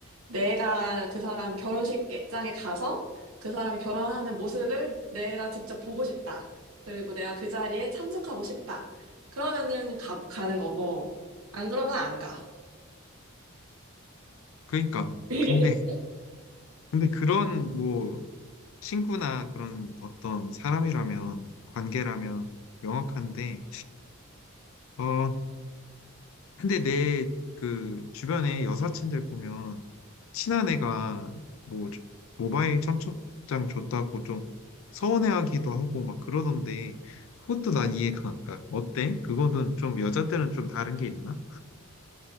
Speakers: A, on the right (about 90°); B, on the left (about 70°).
A: 내가 그 사람 결혼식장에 가서 그 사람이 결혼하는 모습을 내가 직접 보고 싶다. 그리고 내가 그 자리에 참석하고 싶다. 그러면은 가, 가는 거고 안 그러면 안 가.
B: 그러니까
A: <laughs> 이게
B: 근데 근데 그런 뭐 친구나 그런 어떤 사람이라면, 관계라면 명확한데, 어, 근데 내 그 주변에 여사친들 보면 친한 애가 뭐 저- 모바일 청첩장 줬다고 좀 서운해하기도 하고 막 그러던데, 그것도 난 이해가 안 가. 어때? 그거는 좀 여자들은 좀 다른 게 있나?